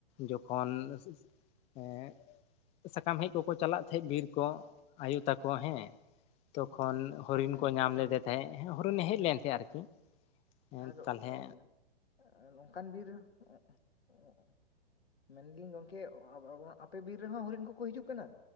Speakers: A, on the left; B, on the left.
A: ᱡᱚᱠᱷᱚᱱ ᱱᱟᱥᱤ‌ ᱱᱟᱥᱮ ᱮᱸᱜᱼᱼ ᱥᱟᱠᱟᱢ ᱦᱮᱡ ᱠᱚᱠᱚ ᱪᱟᱞᱟᱜ ᱛᱮᱦᱮᱸᱜ ᱵᱤᱨ ᱠᱚ ᱟᱭᱳ ᱛᱟᱠᱚ ᱦᱮᱸ ᱛᱚᱠᱷᱚᱱᱼᱼ ᱦᱚᱨᱤᱱ
B: ᱦᱮᱸ
A: ᱠᱚ ᱧᱟᱢ ᱞᱮᱫᱮ ᱛᱟᱦᱮᱸᱜ ᱦᱚᱨᱤᱱᱮ ᱦᱮᱡ
B: ᱦᱮᱸ
A: ᱞᱮᱱ ᱛᱮᱦᱮᱸᱜ ᱟᱨᱠᱤ᱾ ᱦᱮᱸ
B: ᱟᱫᱚ
A: ᱛᱟᱦᱚᱞᱮ
B: ᱚᱱ ᱟᱱ ᱱᱚᱝᱠᱟᱱ ᱵᱤᱨ ᱮ ᱚᱸ ᱚᱸᱜᱼᱼ ᱢᱮᱱ ᱫᱟᱹᱞᱤᱧ ᱜᱚᱝᱠᱮ ᱚᱸ ᱟᱣᱟᱸ ᱟᱯᱮ ᱵᱤᱨ ᱨᱮᱦᱚᱸ ᱦᱚᱨᱤᱱ ᱠᱚᱠᱚ ᱦᱤᱡᱩᱜ ᱠᱟᱱᱟ?